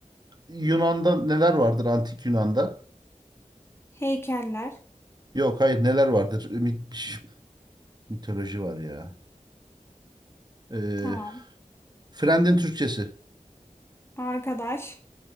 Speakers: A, on the right; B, on the left.
A: Yunan'da neler vardır antik Yunan'da?
B: Heykeller.
A: Yok hayır neler vardır? Mit- mitoloji var ya. E,
B: Tamam.
A: Frend'in Türkçesi.
B: Arkadaş.